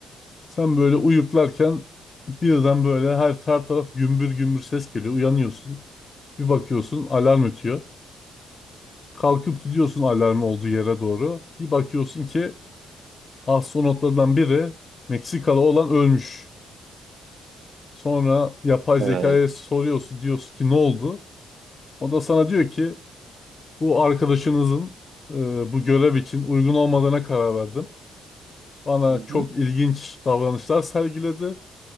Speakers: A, on the left; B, on the right.
A: Sen böyle uyuklarken birden böyle her, her taraf gümbür gümbür ses geliyor. Uyanıyorsun. Bir bakıyorsun alarm ötüyor. Kalkıp gidiyorsun alarmın olduğu yere doğru. Bir bakıyorsun ki astronotlardan biri Meksikalı olan ölmüş. Sonra yapay
B: Evet.
A: zekaya soruyorsun diyorsun ki ne oldu? O da sana diyor ki bu arkadaşınızın e, bu görev için uygun olmadığına karar verdim. Bana
B: Hı
A: çok
B: hı.
A: ilginç davranışlar sergiledi.